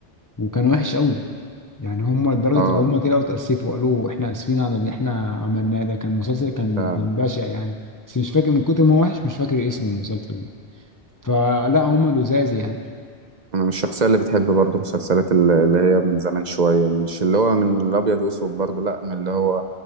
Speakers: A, on the left (about 20°); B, on the right (about 40°).
A: وكان وحش أوي يعني هم لدرجة
B: اه
A: اللي هم طلعوا اتأسفوا قالوا إحنا آسفين على اللي إحنا عملناه ده كان مسلسل كان
B: فعلا
A: كان بشع يعني بس مش فاكر من كتر ما هو وحش مش فاكر اسمه المسلسل ده فلا هم لزاز يعني
B: انا مش الشخصيه اللي بتحب برضو مسلسلات ال- اللي هي من زمان شويه مش اللي هو من الابيض واسود برضو لا من اللي هو